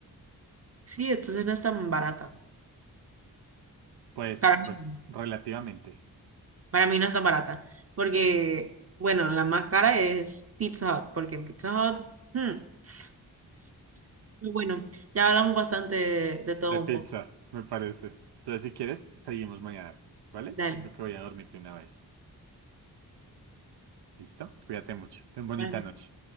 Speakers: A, on the right (about 35°); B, on the right (about 80°).
A: Sí, entonces no es tan barata.
B: Pues,
A: Para mí.
B: pues,
A: no.
B: relativamente.
A: Para mí no está barata, porque, bueno, la más cara es Pizza Hut, porque en Pizza Hut, hmm, <sniffs> pero bueno, ya hablamos bastante de, de todo
B: De pizza,
A: un poco.
B: me parece. Entonces, si quieres, seguimos mañana. ¿Vale?
A: Dale,
B: Yo creo que voy a dormirte una vez. ¿Listo? Cuídate mucho. Ten bonita
A: buenas
B: noche.
A: noches.